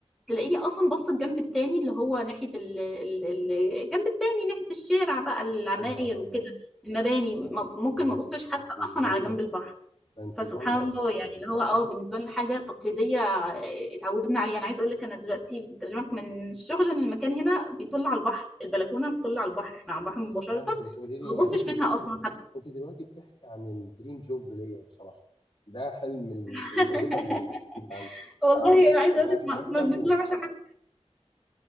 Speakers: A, in the centre; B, on the left.
A: تلاقيني اصلا بص الجنب التاني اللي هو ناحيه ال... ال... ال- الجنب التاني ناحيه الشارع بقى العماير
B: يا نهار
A: وكده
B: ابيض
A: المباني م- ممكن
B: ده
A: ما بصش حتى
B: انت
A: اصلا
B: ظلمه
A: على جنب البحر
B: ده انت
A: فسبحان
B: ظلمه
A: الله
B: يا اسطى
A: يعني اللي هو
B: <laughs>
A: اه بالنسبه لنا حاجه تقليديه آه، اتعودنا عليها انا عايزه اقول لك انا دلوقتي بكلمك من الشغل ان المكان هنا بيطل على البحر البلكونه بتطل على البحر احنا على البحر مباشره
B: بس ده انت بتقولي لي
A: ما ببصش
B: يعني انت دلوقتي
A: منها اصلا حتى
B: انت دلوقتي بتحكي عن الدريم جوب ليا بصراحه ده حلم ال-
A: <laughs>
B: الوظيفه اللي عندي
A: والله
B: اكون أكون
A: عايزه اقول
B: قاعد
A: لك
B: في
A: ما,
B: مكتب
A: ما بنطلعش
B: وحاجه
A: حتى